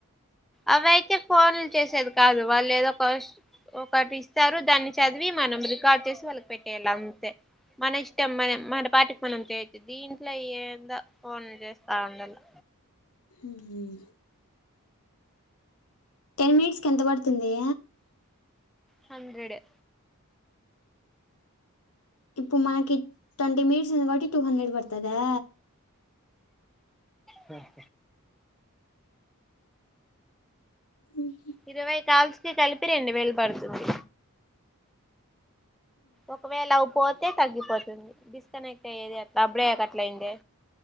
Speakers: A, in the centre; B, on the left.
A: అవి అయితే ఫోన్లు చేసేది కాదు వాళ్ళు ఏదో కోష్ ఒక ఒకటి ఇస్తారు దాన్ని చదివి మనం రికార్డ్ చేసి వాళ్ళకి పెట్టేయాలి అంతే మన ఇష్టం మనే మనం పాటి పనం చేయొచ్చు దీంట్లో ఏందో ఫోన్లు చేస్తా ఉండలా
B: మ్మ్ టెన్ మినిట్స్ కి ఎంత పడుతుందియ
A: హండ్రెడే
B: ఇప్పుడు మనకి ట్వంటీ మినిట్ కాబట్టి టూ హండ్రెడ్ పడ్తదా
A: మ్మ్
B: మ్మ్
A: ఇరవై కాల్సి కలిపి రెండు వేలు పడుతుంది ఒకవేళ అవి పొ తే తగ్గిపోతుంది డిస్కనెక్ట్ అయ్యేది అట్లా బ్రేక్ అట్ల అయిందే